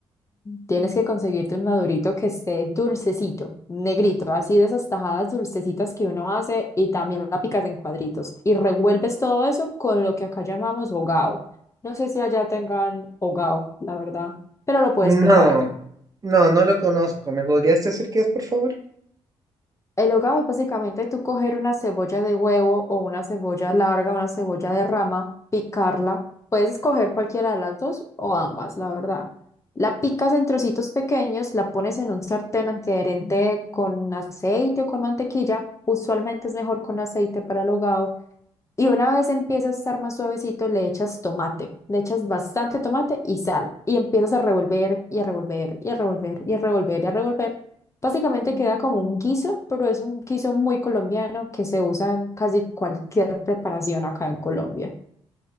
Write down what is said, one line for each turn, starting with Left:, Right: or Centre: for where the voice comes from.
Left: Tienes que conseguirte un madurito que esté dulcecito, negrito, así de esas tajadas dulcecitas que uno hace y también la picas en cuadritos. Y revuelves todo eso con lo que acá llamamos hogao. No sé si allá tengan hogao, la verdad, pero lo puedes
Right: No,
Left: preparar.
Right: no, no lo conozco. ¿Me podrías decir qué es, por favor?
Left: El hogao es básicamente tú coger una cebolla de huevo o una cebolla larga, una cebolla de rama, picarla. Puedes escoger cualquiera de las dos o ambas, la verdad. La picas en trocitos pequeños, la pones en un sartén antiadherente con aceite o con mantequilla. Usualmente es mejor con aceite para el hogao. Y una vez empieza a estar más suavecito, le echas tomate, le echas bastante tomate y sal. Y empiezas a revolver y a revolver y a revolver y a revolver y a revolver. Básicamente queda como un guiso, pero es un guiso muy colombiano que se usa en casi cualquier preparación acá en Colombia.